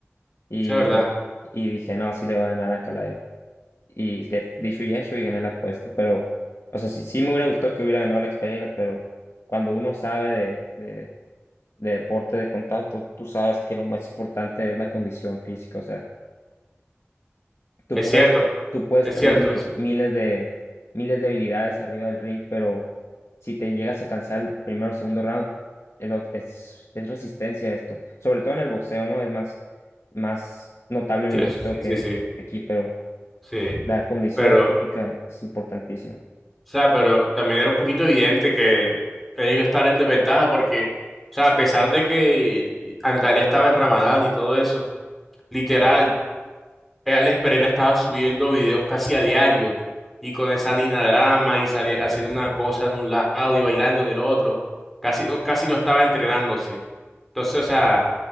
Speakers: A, on the left; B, in the centre.
A: Y,
B: sí, es verdad.
A: y dije, no, sí le va a ganar a Encalaev. Y eh, dicho y hecho, y gané la apuesta. Pero, o sea, sí, sí me hubiera gustado que hubiera ganado la Pereira, pero cuando uno sabe de, de, de deporte de contacto, tú sabes que lo más importante es la condición física. O sea, Tú
B: Es
A: puedes,
B: cierto,
A: tú puedes
B: es
A: tener
B: cierto
A: mil-
B: eso.
A: miles de, miles de habilidades arriba del ring, pero si te llegas a cansar el primero o segundo round, el ot- es, es resistencia esto. Sobre todo en el boxeo, ¿no? Es más, más notable en
B: Sí,
A: el
B: es-
A: boxeo
B: sí,
A: que
B: sí, sí,
A: aquí, pero
B: sí.
A: la condición
B: Pero,
A: física
B: o
A: es importantísima.
B: sea, pero también era un poquito evidente que ellos estaban en desventaja porque, o sea, a pesar de que Ancalé estaba en Ramadán y todo eso, literal, eh, Alex Pereira estaba subiendo videos casi a diario y con esa Nina Drama y sali- haciendo una cosa de un lado y bailando en el otro. Casi, no- casi no estaba entrenándose. Entonces, o sea,